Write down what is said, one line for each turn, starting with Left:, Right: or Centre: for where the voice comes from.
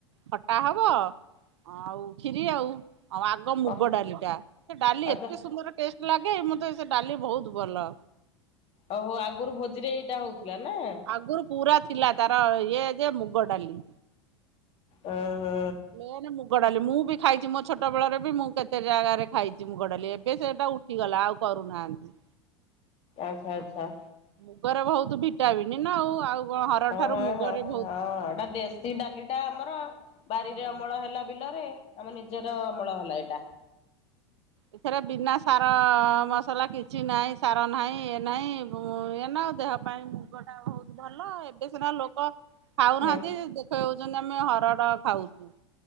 Right: ଖଟା ହବ। ଆଉ କ୍ଷୀରି ଆଉ ଆଉ ଆଗ ମୁଗ
Left: ହ
Right: ଡାଲି ଟା ସେ ଡାଲି
Left: ଆଚ୍ଛା
Right: ଏତେ ସୁନ୍ଦର ଟେଷ୍ଟ ଲାଗେ ମତେ ସେ ଡାଲି ବହୁତ ଭଲ।
Left: ଓହୋ ଆଗରୁ ଭୋଜିରେ ଏଇଟା ହଉଥିଲା ନା।
Right: ଆଗରୁ ପୁରା ଥିଲା ତାର ଇଏ ଯେ ମୁଗ ଡାଲି।
Left: ଓ ହୋ
Right: ମେନ ମୁଗ ଡାଲି ମୁଁ ବି ଖାଇଛି ମୋ ଛୋଟବେଳେରେ ବି ମୁଁ କେତେ ଜାଗାରେ ଖାଇଛି ମୁଗଡାଲି ଏବେ ସେଟା ଉଠ ଠିଗଲା ଆଉ କରୁନାହାନ୍ତି।
Left: ଆଚ୍ଛା
Right: ଆଉ
Left: ଆଚ୍ଛା।
Right: ମୁଗରେ ବୋହୁତୁ ଭିଟାମିନ୍ ନା ଆଉ ଆଉ କଣ ହରଡ
Left: <unintelligible>
Right: ଠାରୁ ମୁଗରେ ବହୁତ ଭିଟାମିନ୍
Left: ସି ଡାଲି ଟା ଆମର ବାରିରେ
Right: ହଁ
Left: ଅମଳ ହେଲା ବିଲରେ ଆମର ନିଜର ଅମଳ ହେଲା ଏଇଟା।
Right: ଏଥିରେ ବିନା ସାର ମସଲା କିଛି ନାହିଁ ସାର ନାହିଁ ଏ ନାହିଁ <unintelligible> ଦେହ ପାଇଁ ମୁଗ ଟା ବୋହୁତ ଭଲ ଏବେ ସିନା ଲୋକ ଖାଉନାହାନ୍ତି
Left: ହୁଁ
Right: ଦେଖେଇ ହୋଉଚନ୍ତି ଆମେ ହରଡ଼ ଖାଉଚୁ।